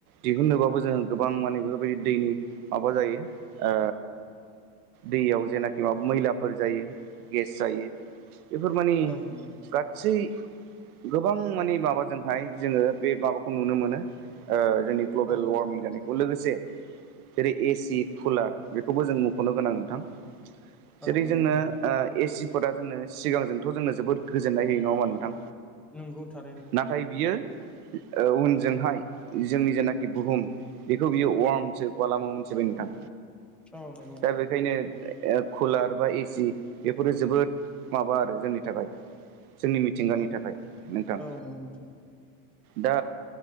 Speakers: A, on the right; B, in the centre.
A: दिहुननोबाबो जोङो गोबां माने बेफोरबायदि दैनि माबा जायो ओ दैयाव जेनाखि माबा मैलाफोर जायो गेस जायो बेफोर मानि
B: औ नंगौ
A: गासै गोबां माने माबाजोंहाय जोङो बे माबाखौ खौ नुनो मोनो ओ जोंनि ग्लबेल
B: औ नंगौ
A: वार्मिं
B: नोंथां
A: जानायखौ लोगोसे जेरै ए सि कुलार बेखौबो जों मुख'नो गोनां नोंथां जेरै
B: औ
A: जोंनो
B: नंगौ नोंथां
A: ओ ए सि फोरा जोंनो सिगांजों थ' जोंनो जोबोद गोजोन्नाय होयो नङामा नोंथां
B: नंगौ थारैनो
A: नाथाय बियो ओ उनजोंहाय जोंनि जेनाखि बुहुम बेखौ बियो अर्मसो खालामो मोनथिबाय नोंथां।
B: औ नंगौ नोंथां
A: दा बेखायनो कुलार बा एसि बेफोरो जोबोद माबा आरो जोंनि थाखाय जोंनि मिथिंगानि थाखाय नोंथां
B: औ नंगौ नोंथां
A: दा